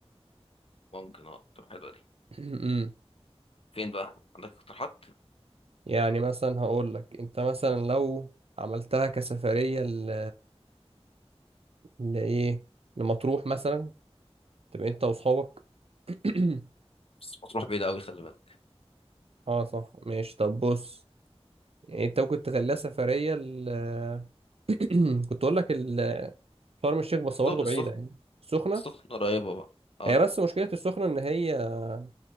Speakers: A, on the left (about 60°); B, on the right (about 65°).
A: ممكن اه تبقى حلوة دي
B: <coughs> <clears throat> أمم.
A: فين بقى؟ عندك اقتراحات؟
B: يعني مثلا هقول لك أنت مثلا لو عملتها كسفرية ل- لإيه لمطروح مثلا تبقى انت واصحابك <clears throat>
A: بس ما تروح بعيد أوي خلي بالك
B: اه صح ماشي طب بص يعني انت ممكن تخليها سفرية ل... <clears throat> كنت اقول لك ال- شرم الشيخ بس برضه
A: السخ-
B: بعيدة يعني السخنة
A: سخن قريبة بقى اه
B: هي بس مشكلة السخنة ان هي آه،